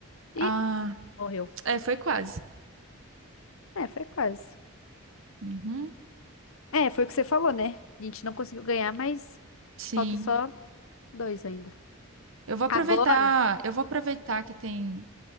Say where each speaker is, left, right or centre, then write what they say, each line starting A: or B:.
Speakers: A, on the left; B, on the right.
A: E
B: Ah,
A: morreu.
B: é, foi quase.
A: É, foi quase.
B: Uhum,
A: É, foi o que você falou, né? A gente não conseguiu ganhar, mas
B: sim.
A: falta só dois ainda.
B: Eu vou aproveitar,
A: Agora.
B: eu vou aproveitar que tem